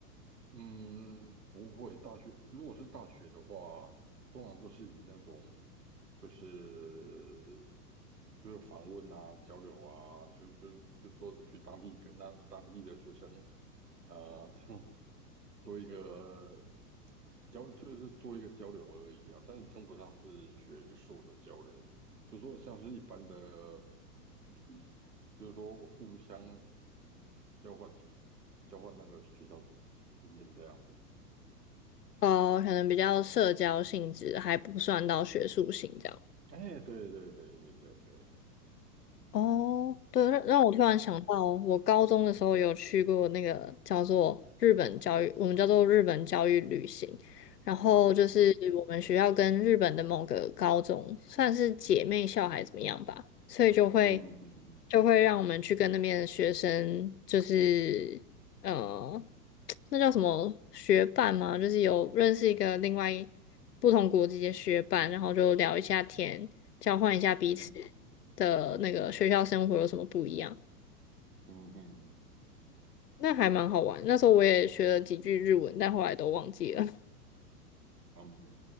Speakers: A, on the right (about 80°); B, on the left (about 75°).
A: 嗯，不会，大学如果是大学的话，通常都是以那种就是就是访问啊、交流啊，就就就说你去当地跟那当地的学生，呃，<laughs> 做一个交，就是做一个交流而已啊，但是称不上是学术的交流，就说像是一般的题，就是说互相交换题，交换那个学校经验这样子。嗯，
B: 哦，可能比较社交性质，还不算到学术性这样。
A: 哎，对对对对对对，
B: 哦，对，让让我突然想到，我高中的时候有去过那个叫做日本教育，我们叫做日本教育旅行。然后就是我们学校跟日本的某个高中算是姐妹校还是怎么样吧，
A: 嗯
B: 所以就会
A: 嗯嗯嗯
B: 就会让我们去跟那边的学生，就是嗯。呃那叫什么学伴吗？就是有认识一个另外一不同国籍的学伴，然后就聊一下天，交换一下彼此
A: 嗯
B: 的那个学校生活有什么不一样，
A: 嗯嗯，
B: 那还蛮好玩。那时候我也学了几句日文，但后来都忘记了。<laughs>
A: 嗯，